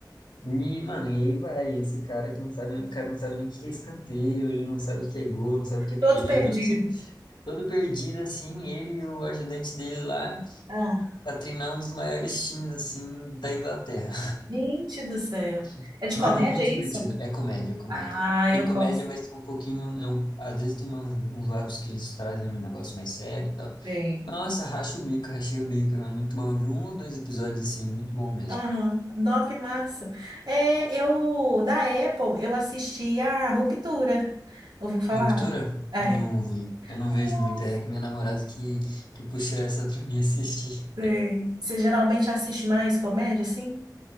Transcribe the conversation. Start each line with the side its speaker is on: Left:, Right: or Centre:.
Left: E, mano, e aí vai, esse cara que não sabe, o cara não sabe nem o que é escanteio, ele não sabe o que é gol, não sabe o que é
Right: todo
Left: pênalti.
Right: perdido.
Left: Todo perdido, assim, ele e o ajudante dele lá
Right: Ah,
Left: pra treinar um dos maiores times, assim, da Inglaterra.
Right: gente do céu.
Left: <laughs>
Right: É de
Left: Mano,
Right: comédia,
Left: é muito
Right: é
Left: divertido.
Right: isso?
Left: É comédia, é comédia.
Right: Ah,
Left: Tem
Right: eu
Left: comédia,
Right: gosto.
Left: mas tem um pouquinho, é um- às vezes tem umas- uns lados que eles trazem um negócio mais sério e tal.
Right: Sei.
Left: Nossa, racha o bico, rachei o bico. É muito bom. Eu vi um ou dois episódios, assim, é muito bom mesmo.
Right: Aham. Nossa, que massa. É, eu, da Apple, eu assisti a Ruptura. Ouviu falar?
Left: Ruptura?
Right: É.
Left: Não vi. Eu não vejo
Right: Nossa.
Left: muito. É que minha namorada que, que puxou essa pra mim <laughs> assistir.
Right: Sei. Você geralmente assiste mais comédia, assim?